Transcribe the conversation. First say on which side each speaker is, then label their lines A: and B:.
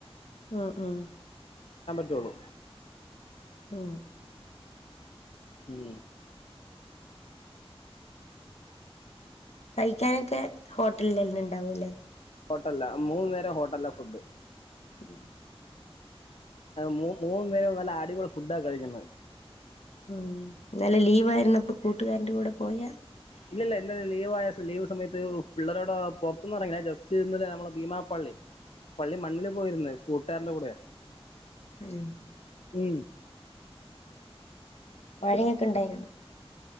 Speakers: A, on the left (about 90°); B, on the left (about 70°).
A: ആ ആ
B: റ്റുള്ളൂ
A: ആ
B: ഉം
A: കഴിക്കാനൊക്കെ ഹോ ട്ടൽലെന്നെണ്ടാവും അല്ലേ
B: ഹോട്ടൽലാ മൂന്ന് നേരം ഹോട്ടൽലാ ഫുഡ്
A: ഉം
B: മൂ മൂന്നു നേരും നല്ല അടിപൊളി ഫുഡാ കഴിക്കുന്നേ
A: ഉം ന്നെലെ ലീവായിര്ന്നപ്പ കൂട്ട്കാര്ന്റെ കൂടെ പോയ
B: ഇല്ലില്ല ഇന്നലെ ലീവ് ആയസം ലീവ് സമയത്ത് പിള്ളേരോടെ പുറത്ത്ന്ന്റങ്ങിന ജസ്റ്റ് ഇന്നല്ലേ ഞമ്മളെ ഭീമാ പള്ളി പള്ളി മണ്ണില് പോയിര്ന്ന് കൂട്ടാരന്റെ കൂടെ
A: ഉം
B: ഉം
A: മഴയൊക്കെ ഇണ്ടായിനോ